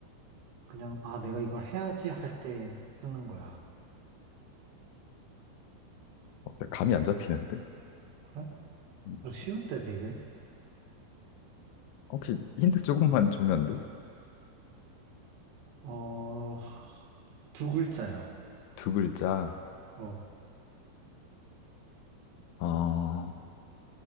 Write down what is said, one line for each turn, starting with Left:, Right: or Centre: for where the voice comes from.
Right: 그냥, 아, 내가 이걸 해야지 할 때 쓰는 거야.
Left: 어, 감이 안 잡히는데?
Right: 그래?
Left: 음.
Right: 쉬운데 되게?
Left: 혹시 힌트 조금만 주면 안 돼?
Right: 어, 두 글자야.
Left: 두 글자.
Right: 어,
Left: 어,